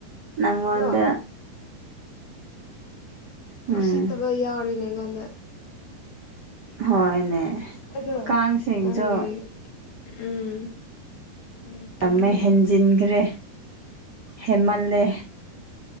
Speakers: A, on the right; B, on the left.
A: ꯅꯉ
B: ꯑꯗꯣ
A: ꯑꯗ ꯎꯝ
B: ꯎ ꯁꯤꯠꯇꯕ ꯌꯥꯎꯔꯤꯅꯦ ꯑꯩꯉꯣꯟꯗ
A: ꯍꯣꯏꯅꯦ
B: ꯑꯗꯣ
A: ꯀꯥꯡꯁꯤꯡꯁꯨ
B: ꯎꯝ ꯎꯝ ꯎꯝ ꯀꯩꯅꯣꯅꯤꯅꯦ
A: ꯌꯥꯝꯃꯦ ꯍꯦꯟꯖꯤꯟꯈ꯭ꯔꯦ ꯍꯦꯃꯜꯂꯦ